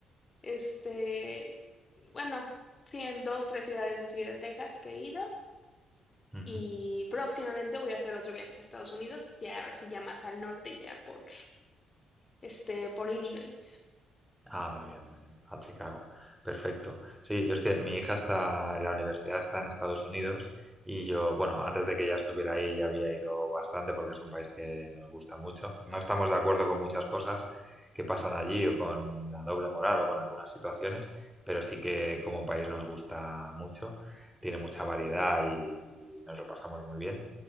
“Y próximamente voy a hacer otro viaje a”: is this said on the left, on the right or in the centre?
Left